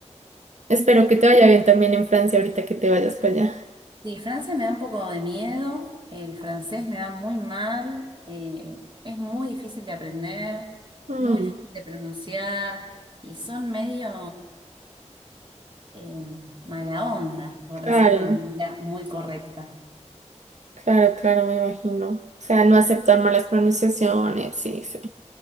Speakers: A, on the right (about 75°); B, on the right (about 40°).
A: Espero que te vaya bien también en Francia ahorita que te vayas para allá.
B: Sí, Francia me da un poco de miedo. El francés me va muy mal. eh, es muy difícil de aprender,
A: Mm,
B: muy difícil de pronunciar y son medio eh, mala onda, por decirlo
A: claro,
B: de una manera muy correcta.
A: claro, claro, me imagino. O sea, no aceptar malas pronunciaciones, sí, sí,